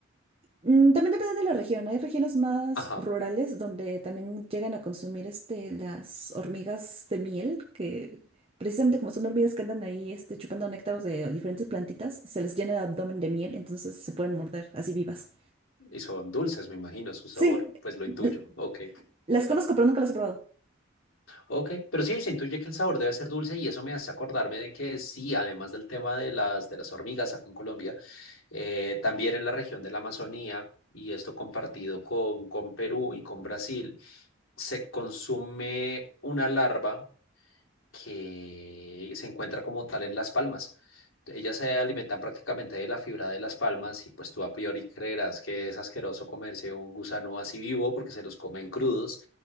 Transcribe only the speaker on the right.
Mm, También depende de la región. Hay regiones más
rurales donde también llegan a consumir este, las hormigas de miel, que precisamente como son hormigas que andan ahí este, chupando néctar de diferentes plantitas, se les llena el abdomen de miel, entonces se pueden morder así vivas.
Sí,
l-
las conozco, pero nunca las he probado.